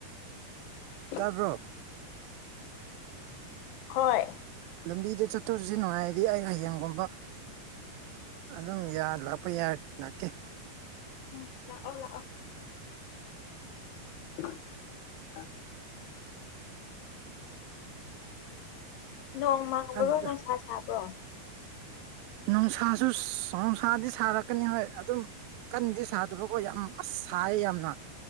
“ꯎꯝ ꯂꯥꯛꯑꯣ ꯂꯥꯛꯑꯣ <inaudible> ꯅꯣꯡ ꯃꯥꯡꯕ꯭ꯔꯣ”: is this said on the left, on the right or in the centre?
Left